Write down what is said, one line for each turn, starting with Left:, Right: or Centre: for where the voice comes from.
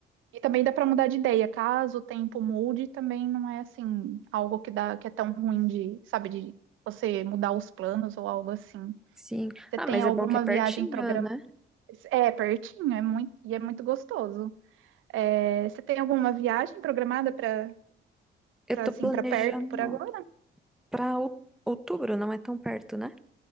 Right: e também dá para mudar de ideia, caso o tempo mude, também não é assim algo que dá que é tão ruim de, sabe, de você mudar os planos ou algo assim.
Centre: sim.
Right: Você
Centre: Ah,
Right: tem
Centre: mas
Right: alguma
Centre: é bom que é pertinho,
Right: viagem programada?
Centre: né?
Right: É pertinho, é muito e é muito gostoso. É, você tem alguma viagem programada para
Centre: Eu
Right: Pra,
Centre: tô
Right: assim,
Centre: planejando
Right: pra perto por agora?
Centre: pra ou- outubro, não é tão perto, né?